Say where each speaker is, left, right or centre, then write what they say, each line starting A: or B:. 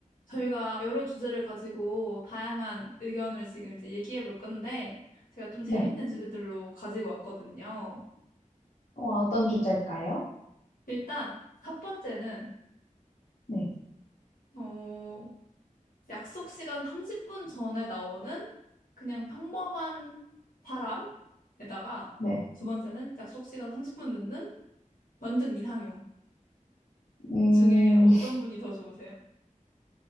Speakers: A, on the left; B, on the left.
A: 저희가 여러 주제를 가지고 다양한 의견을 지금 이제 얘기해 볼 건데, 제가 좀 재밌는
B: 네.
A: 주제들로 가지고 왔거든요.
B: 와, 어떤 주제일까요?
A: 일단, 첫 번째는,
B: 네.
A: 어, 약속 시간 30분 전에 나오는 그냥 평범한 사람에다가,
B: 네.
A: 두 번째는 약속 시간 30분 늦는 완전 이상형
B: 음,
A: 중에 어떤 분이 더 좋으세요?